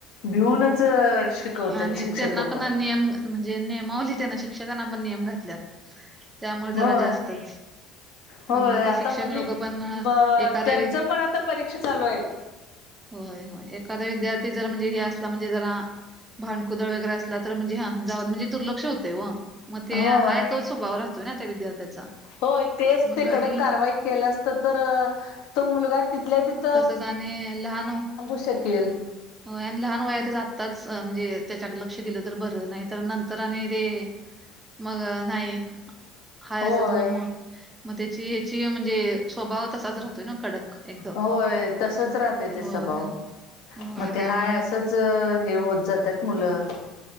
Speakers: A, on the left (about 70°); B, on the right (about 20°).
A: भिऊनच शिकवत
B: आणि
A: शिक शिक
B: त्यांना
A: पण
B: नियम म्हणजे नियमावली त्याना शिक्षकांना पण नियम घातल्यात त्यामुळे जरा
A: होय
B: जास्तच
A: होय
B: मग
A: आता
B: शिक्षक
A: मध्ये
B: लोक पण
A: त्यांच
B: एखादा वि
A: पण आता परीक्षा चालू आहेत
B: होय होय एखाद्या विद्यार्थी जर म्हणजे हे असला म्हणजे जरा भडकुदळ वगैरे असला तर म्हणजे हा जाऊन म्हणजे दुर्लक्ष होते व मग ते
A: होय
B: हाय तोच स्वभाव राहतोय ना त्या विद्यार्थ्याचा
A: होय तेच
B: मग
A: ते कडक
B: घरी
A: कारवाई केलं असत तर तो मुलगा तिथल्या त
B: तसच आणि लहान
A: शकेल
B: हो आणि लहान वया ते जातच म्हणजे त्याच्याक लक्ष दिलं तर बरं नाही तर नंतर आणि ते मग नाही. हाय
A: होय
B: असच मग मग मग त्याची ह्याची म्हणजे स्वभाव तसाच राहतोय ना कडक. एकदम.
A: होय तसच राहतं ते
B: होय,
A: स्वभाव
B: होय
A: मग ते
B: त्यामुळं
A: हाय असंच. हे होत जातात मुलं.